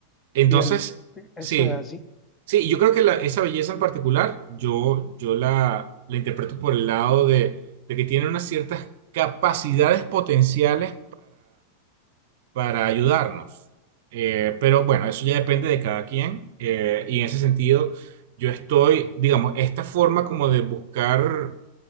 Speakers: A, on the right (about 50°); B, on the left (about 15°).
A: entonces,
B: Y el- eso
A: sí,
B: es así.
A: sí, yo creo que la- esa belleza en particular, yo, yo la, la interpreto por el lado de, de que tiene unas ciertas capacidades potenciales para ayudarnos. Eh, pero bueno, eso ya depende de cada quien. eh, y en ese sentido, yo estoy, digamos, esta forma como de buscar